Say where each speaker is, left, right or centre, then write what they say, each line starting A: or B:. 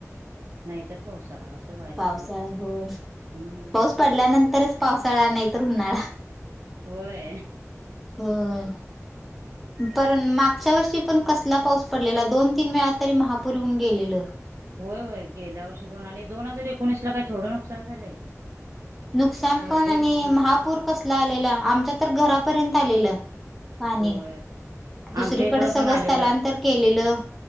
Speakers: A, on the right (about 60°); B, in the centre.
A: नाईतर पावसाळा असं व्हायला
B: पावसाळा...
A: लागले
B: हो
A: हम्म
B: पाऊस पडल्यानंतरच पावसाळा... नाही तर उन्हाळा.
A: होय.
B: होय. पण मागच्या वर्षी पण कसला पाऊस पडलेला... दोन तीन वेळा तरी महापूर येऊन गेलेलं.
A: होय-होय गेल्या वर्षी पण... आणि दोन हजार एकोणीसला काय थोडं नुकसान झालंय?
B: नुकसान
A: भरपूर
B: पण... आणि
A: नुकसान
B: महापूर
A: झालं
B: कसला आलेला... आमच्या तर घरापर्यंत आलेलं पाणी...
A: होय आमच्या
B: दुसरीकडे
A: इकडं
B: सगळं
A: पण आलेलं
B: स्थलांतर केलेलं